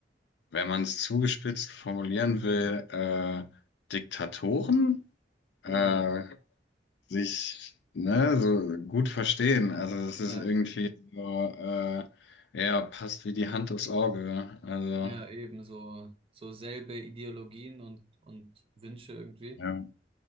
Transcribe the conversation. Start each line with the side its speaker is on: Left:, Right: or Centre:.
Left: wenn man es zugespitzt formulieren will, äh, Diktatoren äh,
Right: ja,
Left: sich ne, so gut verstehen. Also das ist
Right: ja,
Left: irgendwie so, äh, ja, passt wie die Hand aufs Auge. Also
Right: ja, eben so, so selbe Ideologien und, und Wünsche irgendwie
Left: ja,